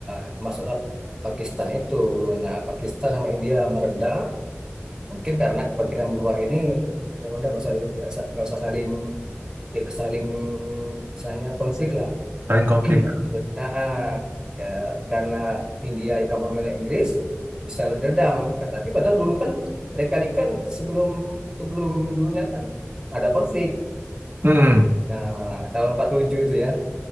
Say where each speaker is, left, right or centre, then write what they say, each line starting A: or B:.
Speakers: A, on the right; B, on the right.
A: itu masuklah Pakistan itu. Nah, Pakistan sama India mereda, mungkin karena kepentingan dua ini, ya udah nggak usah nggak usah nggak usah saling ya saling misalnya konflik lah.
B: saling konflik.
A: Maksud- ah, ah. ya, karena India kamu milih Inggris bisa berdendam. Nah, Tapi padahal dulu kan mereka ini kan sebelum sebelum dulunya kan ada konflik.
B: Hmm.
A: Nah, tahun 47 itu ya.